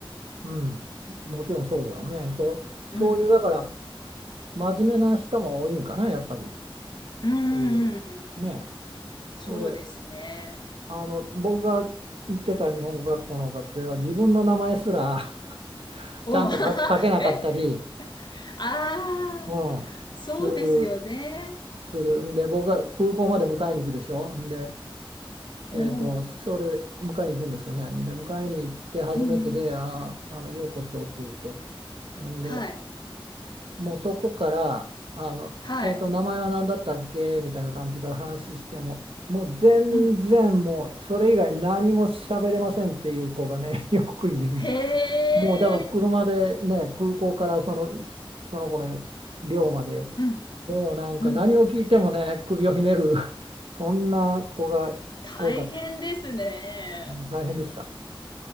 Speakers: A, on the right; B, on the left.
A: うん。もちろんそうだよね。
B: うん。
A: そう、そういう、
B: うん。
A: だから、真面目な人も多いんかな、やっぱり。
B: うんうんうんうん。
A: そういう、ね。
B: そうですね。
A: それ、あの、僕が行ってた日本語学校の学生は、自分の名前すら <laughs>
B: お、
A: ちゃんと書書けなかったり、
B: <laughs> え、ああ。
A: うん、
B: そうですよね。
A: する、する。んで、僕が空港まで迎えに行くでしょ。んで、
B: おお。
A: えーと、それ迎えに行くんですよね。で迎えに行って初めてで「あー、
B: うんうん。
A: あのようこそ」って言ってほんで
B: はい。
A: もうそこからあの、
B: はい。
A: えーと「名前は何だったっけ?」みたいな感じから話してももう全然もうそれ以外何も喋れませんっていう子がね
B: うん。
A: <laughs> よくいる。
B: へ
A: もうだから車でね空港からその、
B: え。
A: その子の寮まで
B: うん。
A: もうなんか何を聞いてもね首をひねる
B: うん。
A: <laughs> そんな子が多かった。
B: 大変ですね。
A: うん大変でした。